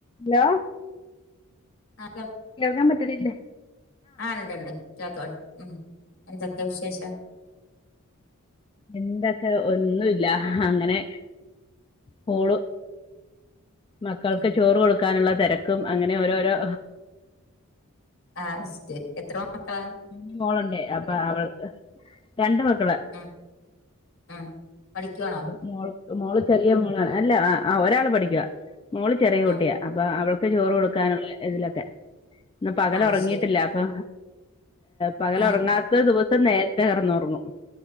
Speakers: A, on the left; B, on the left.
A: Hello
B: ആഹ്
A: കേൾക്കാൻ പറ്റ്ണ് ഇല്ല.
B: ആ ഉണ്ട് ഉണ്ട് കോക്കണ്ട് ഉ എന്തോകൊ വിശേഷം.
A: എന്തൊക്കെ ഒന്നു ഇല്ല അങ്ങനെ പോണു മക്കൾക്ക്
B: ഉം
A: ചോറ് കൊടുക്കാനുള്ള തിരക്കും അങ്ങനെ ഓരോരോ
B: ആഹ ശരി എത്ര മക്കളാ
A: കുഞ് മോളുണ്ട് അപ്പൊ അവള്ക്ക് രണ്ട് മക്കള.
B: ഉ ഉ പഠിക്കാണോ?
A: മോൾ മോള് ചെറിയ മോള അല്ല ഒരാൾ പഠിക. മോള് ചെറിയ കുട്ടിയ
B: ഉം
A: അപ്പൊ അവൾക്ക് ചോറ് കൊടുക്കാനുള്ള ഇതിലൊക്കെ ഇന്ന് പകൽ
B: ആഹ്
A: ഉറങ്ങിയിട്ടില്ല.
B: ശരി
A: അപ്പൊ പകൽ
B: ആഹ്
A: ഉറങ്ങാത്ത ദിവസം നേരത്തെ കടന്ന്ഉറങ്ങും.